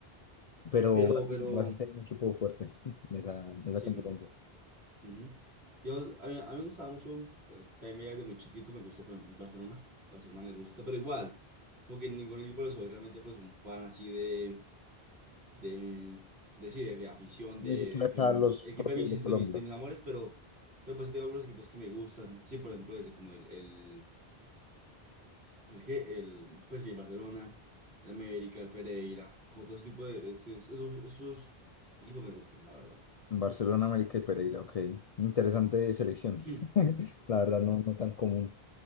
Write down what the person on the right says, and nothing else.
Pero,
pero,
sí,
no. Ujú. Digamos, a mí, a mí me gustaba mucho, pues, eh, también desde muy chiquito me gustó, por ejemplo, el Barcelona. Barcelona me gusta, pero igual, como que en ningún equipo le soy realmente pues un fan así de, de, de, sí, de, de afición, de,
de
que m-
el equipo
de mis,
de mis, de mis amores, pero, pero pues tengo algunos equipos que me gustan. Sí, por ejemplo, ese como el, el, el, que- el, pues sí, el Barcelona, el América, el Pereira, como todo ese tipo de, ese- esos, esos equipos me gustan, la verdad.
Ajá.
<clears throat>
Ajá.